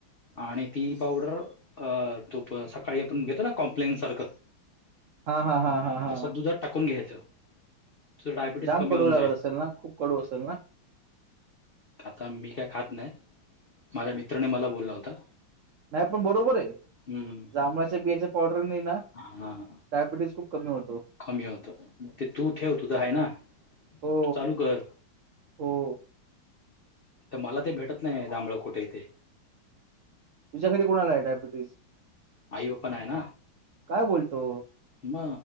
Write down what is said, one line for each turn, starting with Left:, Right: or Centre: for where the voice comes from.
Left: आणि ती पावडर अ तो सकाळी आपण घेतो ना कॉम्प्लेन सारखं
Right: हा हा हा हा
Left: तसं
Right: हा
Left: दुधात टाकून घ्यायचं तुझं डायबिटीस
Right: जाम
Left: कमी
Right: कडू
Left: होऊन
Right: लागत
Left: जाईल
Right: असेल ना खूप कडू असेल ना
Left: आता मी काय खात नाही माझ्या मित्राने मला बोलला होता
Right: नाही पण बरोबर आहे
Left: हम्म
Right: जांभळाच्या बियाच्या पावडरने ना
Left: हां
Right: डायबिटीज खूप कमी होतो
Left: कमी होत ते तू ठेव तुझं आहे ना
Right: हो
Left: तू चालू कर
Right: हो
Left: तर मला ते भेटत नाही जांभळ कुठे आहे तेे
Right: तुझ्या घरी कोणाला आहे डायबेटीस
Left: आई पप्पा ना आहे ना
Right: बोलतो
Left: म